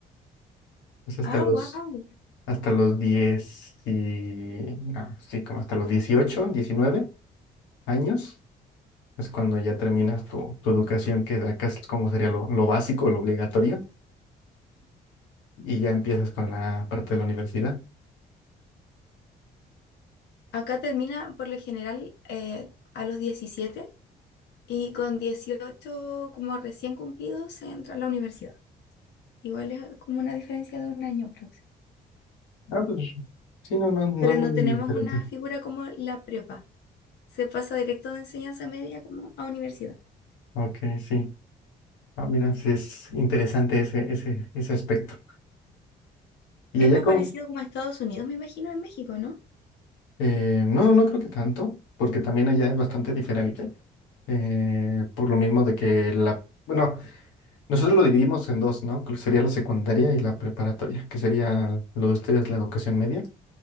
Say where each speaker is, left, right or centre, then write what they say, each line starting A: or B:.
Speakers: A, on the left; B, on the left.
A: es hasta
B: Ah,
A: los,
B: wow.
A: hasta los 10 y, no, sí, como hasta los 18 19 años, es cuando ya terminas tu, tu educación, que acá es como sería lo, lo básico, lo obligatorio, y ya empiezas con la parte de la universidad.
B: Acá termina por lo general eh, a los 17 y con 18 como recién cumplidos se entra a la universidad. Igual es como una diferencia de un año próximo.
A: Ah, pues sí, no, no, no
B: Pero
A: es muy
B: no tenemos
A: diferente.
B: una figura como la prepa. Se pasa directo de enseñanza media como a universidad.
A: Ok, sí. Ah, mira, sí es interesante ese, ese, ese aspecto. ¿Y
B: Es
A: allá
B: más
A: cómo?
B: parecido como a Estados Unidos, me imagino, en México, ¿no?
A: Eh, no, no creo que tanto, porque también allá es bastante diferente. eh, por lo mismo de que la... Bueno, nosotros lo dividimos en dos, ¿no? Que sería la secundaria y la preparatoria, que sería lo de ustedes, la educación media.